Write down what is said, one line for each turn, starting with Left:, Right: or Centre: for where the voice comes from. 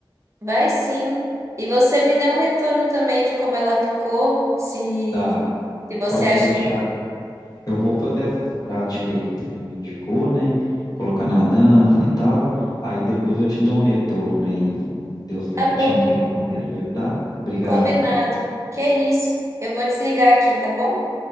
Right: vai sim. E você me dê um retorno também de como ela ficou, se,
Left: Tá,
Right: se você
Left: pode
Right: acha
Left: deixar.
Right: que
Left: Eu vou fazer essas práticas aí que você me indicou, né? Colocar na dança e tal. Aí depois eu te dou um retorno aí. Deu certinho
Right: tá bom.
Left: o que que aconteceu, tá? Obrigado.
Right: Combinado. Que isso? Eu vou desligar aqui, tá bom?